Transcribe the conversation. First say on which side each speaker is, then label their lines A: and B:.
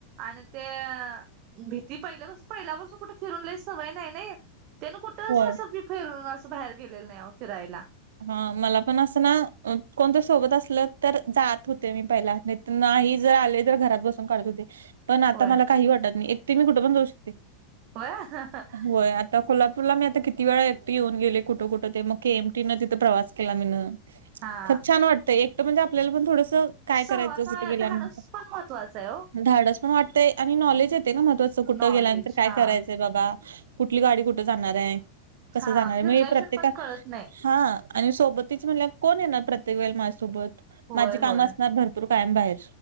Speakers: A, on the right; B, on the right.
A: आणि ते भीती पहिल्यापासू-पहिल्यापासून कुठे फिरूनलयी सवय नाही नाही. त्यान कुठं
B: होय
A: अस असं बी फिरून असं बाहेर गेलेलं नाही अहो फिरायला.
B: हं मला पण असं ना अ कोणतरी सोबत असलं तर जात होते मी पहिला नाही जर आले तर घरात बसून काढत होते, पण आता
A: होय
B: मला काही वाटत नाही एकटी मी कुठ पण जाऊ शकते.
A: <unintelligible>
B: होय आता कोल्हापूरला मी आता किती वेळा एकटी येऊन गेले, कुठं कुठ ते म के एम टी न तिथं प्रवास केला मीन.
A: हा
B: खप छान वाटतंय एक त म्हणजे आपल्याला पण थोडस काय
A: सहवास
B: करायचं कुठे गेल्यानंतर,
A: धाडस पण महत्त्वाचं आहे ओ
B: न धाडस पण वाट ते आणि नॉलेज येते ना महत्त्वाचं, कुटं
A: नॉलेज
B: गेल्यानंतर काय
A: हा
B: करायचंय बाबा. कुठली गाडी कुठे जाणार आहे, कसं
A: हा
B: जाणार आहे
A: फिरल्याशिवाय
B: म हे प्रत्येका
A: पण कळत नाही
B: हा आणि सोबतीच म्हणल्याव कोण येणार प्रत्येक वेळला माझ्यासोबत,
A: होय
B: माझी कामं
A: होय
B: असणार भर पूर कायम बाहेर